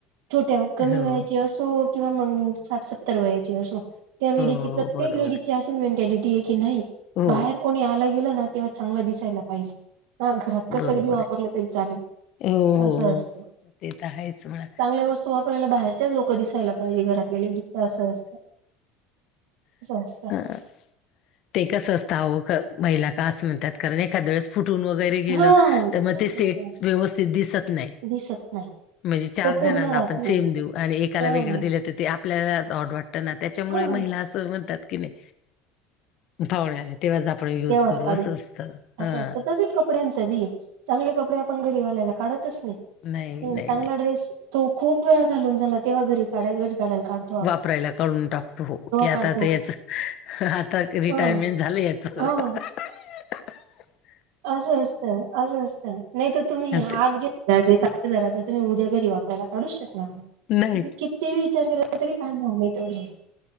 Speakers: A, on the right; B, on the left.
A: छोट्या कमी
B: हो
A: व्हायची असो किंवा साठ सत्तर वयाची अस त्या लेडी
B: हो हो
A: प्रत्येक
B: बरोबर
A: लेडी
B: आहे
A: मेंटॅलिी की नाही
B: हो
A: बाहेर कोणी आल गेलं ना तेव्हा चांगलं दिसायला पाहिजे. हा घरात कसंगी
B: बरोबर
A: वापरलं तरी चालेल.
B: आहे हो हो
A: असं असत
B: हो ते तर आहेच म्हणा
A: चांगल्या वस्तू तू आपल्याला बाहेरच्याच लोक दिसायला पाहिजे घरातलेली फक्त असं असतं. असं असतं.
B: ह. ते कसं असत अहो महिला का असं म्हणतात कारण एखाद वेळेस फुटून वगैरे गेलं
A: हा
B: तर मग
A: तेच
B: ते सेट
A: सांगते ना
B: व्यवस्थित दिसत नाही.
A: दिसत नाही.
B: म्हणजे चार
A: तो पूर्ण
B: जणांना
A: राहत
B: आपण
A: नाही
B: सेम देऊ आणि एकाला
A: हा.
B: वेगळं दिलं तर ते आपल्यालाच ऑड वाटतं ना त्याच्यामुळे
A: हा
B: महिला असं म्हणतात की नाही. थावण्याला तेव्हाच आपण युज
A: तेव्हाच
B: करू
A: काढू
B: असं असतं
A: असं
B: हा.
A: असतं तसेच कपड्यांच बी आहे चांगले कपडे आपण घरी वाल्याला काढतच नाही
B: नाही नाही
A: चांगला
B: नाही
A: ड्रेस तो खूप वेळा घालून झाला तेव्हा घरी काढ घरी कााडयला काढत.
B: वापरायला कळून टाकतो हो की आता
A: काढतो
B: याच आता रिटायरमेंट
A: ह
B: झालं.
A: ह
B: <unintelligible>
A: असं असत असं असत नाही तर तुम्ही
B: अन ते
A: आज घे जरा तर तुम्ही उद्या घरी वापरायला काढूच शकणार
B: नाही
A: तुम्ही किती विचार केला तरी का झाग तेवढेच